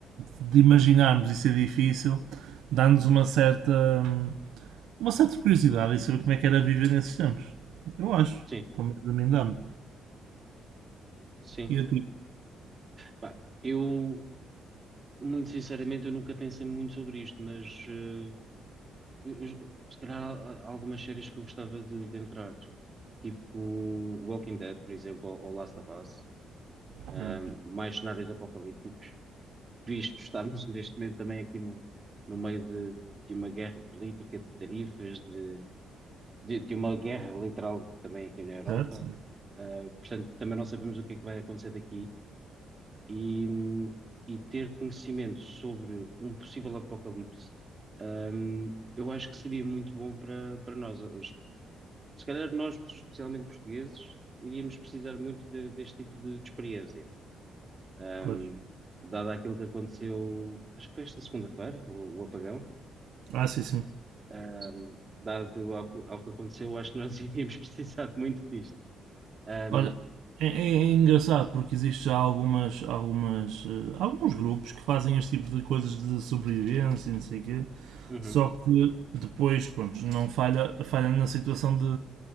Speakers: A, on the right; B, on the right.
A: de imaginarmos isso é difícil, dá-nos uma certa, hum, uma certa curiosidade em saber como é que era viver nesses tempos. Eu acho.
B: Sim,
A: Pelo menos a mim dá-me.
B: sim.
A: E a ti?
B: Pá, eu, muito sinceramente, eu nunca pensei muito sobre isto, mas eh, Eu- eu- se calhar há, há algumas séries que eu gostava de, de entrar, tipo Walking Dead, por exemplo, ou, ou Last of Us,
A: Ah,
B: ahm, mais cenários apocalípticos, visto estarmos <laughs> neste momento também aqui no, no meio de, de uma guerra política, de tarifas, de, de, de uma guerra literal também aqui na Europa.
A: Certo?
B: Ah, portanto, também não sabemos o que é que vai acontecer daqui e, e ter conhecimento sobre um possível apocalipse, hum, eu acho que seria muito bom para, para nós. Os- Se calhar nós, especialmente portugueses, iríamos precisar muito de- deste tipo de, de experiência. Hum,
A: Pois.
B: dado aquilo que aconteceu, acho que foi esta segunda-feira, o, o apagão,
A: Ah, sim, sim.
B: hum, dado ao, que ao que aconteceu, acho que nós <laughs> iríamos precisar muito disto. Hum,
A: Olha, é, é- é
B: sim.
A: engraçado porque existe já algumas, algumas, eh, alguns grupos que fazem este tipo de coisas de sobrevivência e não sei o quê,
B: Uhum,
A: só que depois, pronto, não falha, falha na situação de,